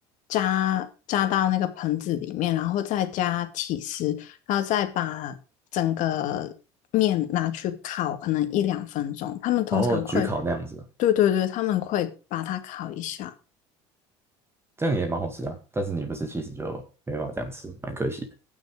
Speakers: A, on the left (about 65°); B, on the right (about 15°).
A: 加加到那个盆子里面，然后再加起司，然后再把整个面拿去烤，可能一两分钟。他们通常会。
B: 然后焗烤那样子啊，
A: 对对对，他们会把它烤一下。
B: 这样也蛮好吃啊。但是你不吃其实就没办法这样吃，蛮可惜的